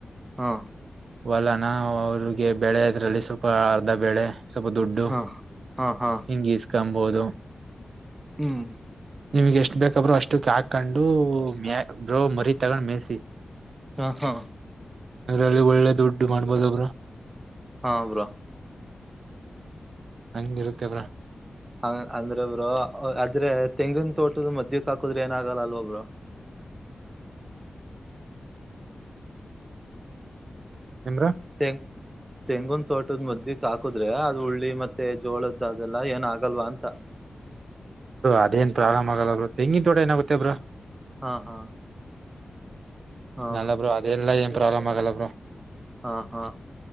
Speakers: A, on the right (about 20°); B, on the right (about 70°).
A: ಹಾ
B: ವಲನ ನಾ ಅವ್ರಿಗೆ ಬೆಳೆ ಇದದ್ರಲ್ಲಿ ಸ್ವಲ್ಪ ಅರ್ಧ ಬೆಳೆ ಸ್ವಲ್ಪ ದುಡ್ಡು
A: ಹಾ ಹಾ ಹಾ
B: ಹಿಂಗ ಇಸ್ಕೊಬಹುದು
A: ಹ್ಮ್
B: ನಿಮ್ಗೆ ಎಷ್ಟ ಬೇಕಬ್ರೋ ಅಷ್ಟುಕ್ ಹಾಕೊಂಡು ಮ ಬ್ರೋ ಮರಿ ತಗೊಂಡ್ ಮೇಯಸಿ
A: ಹಾ ಹಾ
B: ಅ ಅಲ್ಲಿ ಒಳ್ಳೆ ದುಡ್ಡು ಮಾಡ್ಬದಬ್ರ
A: ಹಾ ಹಬ್ರಾ
B: ಹೌ ಹಂಗಿರುತ್ತೇವ್ರಾ
A: ಹ ಅಂದ್ರ ಒಬ್ರು ಆದ್ರೆ ತೆಂಗಿನ ತೋಟದ ಮದಕ್ ಹಾಕುದ್ರ ಏನ ಆಾಗಲ್ಲ ಅಲ್ವೊಬ್ರು
B: ನಿಮ್ರ
A: ಂಗ ತೆಂಗುನ್ ತೋಟದ್ ಮುದ್ದಿಕ್ ಹಾಕುದ್ರೆ ಅದು ಉಳ್ಳಿ ಮತ್ತೆ ಜೋಳದ್ ಅದೆಲ್ಲ ಏನ ಆಗಲ್ವಾ ಅಂತ <inaudible>
B: ಅದೇನ್ ಪ್ರಾರಾಮ ಆಗಲ್ಲ್ರ ತೆಂಗಿ ದೊಡ ಏನಾಗುತ್ತೇ ಬ್ರ
A: ಹಾ ಹಾ ಹಾ
B: ನಲ್ಲಬ್ರು ಅದೆಲ್ಲಾ ಏನ್ ಪ್ರಾಬ್ಲಮ್ ಆಗಲ್ಲಬ್ರರು
A: ಹಾ ಹಾ